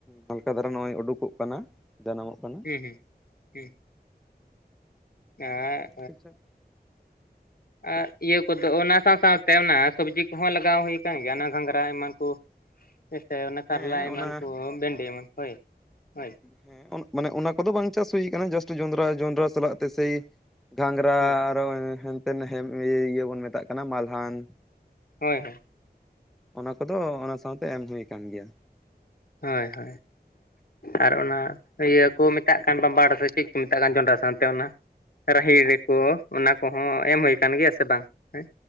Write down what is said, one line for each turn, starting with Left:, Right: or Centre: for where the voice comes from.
Centre: ᱦᱟᱞᱠᱟ ᱫᱷᱟᱨᱟ ᱱᱚᱜᱼᱚᱭ ᱩᱰᱩᱠᱚᱜ ᱠᱟᱱᱟ ᱡᱟᱱᱟᱢᱚᱜ ᱠᱟᱱᱟ
Left: ᱦᱮᱸ ᱦᱩᱸ ᱦᱩᱸ ᱟᱨᱼ
Centre: <unintelligible>
Left: ᱟᱨ ᱤᱭᱟᱹ ᱠᱚᱫᱚ ᱚᱱᱟ ᱥᱟᱶ ᱥᱟᱶᱛᱮ ᱚᱱᱟ ᱥᱚᱵᱽᱡᱤ ᱠᱚᱦᱚᱸ ᱞᱟᱜᱟᱣ ᱦᱩᱭ ᱠᱟᱱᱟᱱ ᱜᱮᱭᱟ ᱚᱱᱟ ᱜᱷᱟᱸᱜᱽᱨᱟ ᱮᱢᱟᱱ ᱠᱚ
Centre: <inaudible>
Left: ᱦᱮᱸᱥᱮ ᱚᱱᱮ
Centre: ᱦᱮᱸ
Left: ᱠᱟᱨᱞᱟ ᱮᱢᱟᱱ
Centre: ᱚᱱᱟ
Left: ᱠᱚ ᱵᱷᱤᱸᱰᱤ ᱮᱢᱟᱱ ᱠᱚ ᱦᱳᱭ ᱦᱳᱭ
Centre: ᱦᱮᱸ ᱢᱟᱱᱮ ᱚᱱᱟ ᱠᱚᱫᱚ ᱵᱟᱝ ᱪᱟᱥ ᱦᱩᱭ ᱠᱟᱱᱟ ᱡᱟᱥᱴ ᱡᱚᱱᱫᱽᱨᱟ ᱡᱚᱸᱰᱽᱨᱟ ᱥᱟᱞᱟᱜ ᱛᱮ ᱥᱮ ᱜᱷᱟᱸᱝᱨᱟ
Left: ᱦᱳᱭ
Centre: ᱟᱨᱚ ᱦᱮᱱᱛᱮᱱ ᱦᱮ ᱤᱧ ᱤᱭᱟᱹ ᱵᱚᱱ ᱢᱮᱛᱟᱜ ᱠᱟᱱᱟ ᱢᱟᱞᱦᱟᱱ
Left: ᱦᱳᱭ ᱦᱳᱭ
Centre: ᱚᱱᱟ ᱠᱚᱫᱚ ᱚᱱᱟ ᱥᱟᱶᱛᱮ ᱮᱢ ᱦᱩᱭ ᱠᱟᱱ ᱜᱮᱭᱟ
Left: ᱦᱳᱭ ᱦᱳᱭ ᱟᱨ ᱚᱱᱟ ᱤᱭᱟᱹ ᱠᱚ ᱢᱮᱛᱟᱜ ᱠᱟᱱ ᱵᱟᱢᱵᱟᱲ ᱥᱮ ᱪᱮᱫ ᱠᱚ ᱢᱮᱛᱟᱜ ᱠᱟᱱ ᱡᱚᱱᱰᱽᱨᱟ ᱥᱟᱶᱛᱮ ᱚᱱᱟ ᱨᱟᱦᱮᱤᱲ ᱠᱚ ᱚᱱᱟ ᱠᱚᱦᱚᱸ ᱮᱢ ᱦᱩᱭ ᱠᱟᱱ ᱜᱮᱭᱟ ᱥᱮ ᱵᱟᱝ ᱦᱮᱸ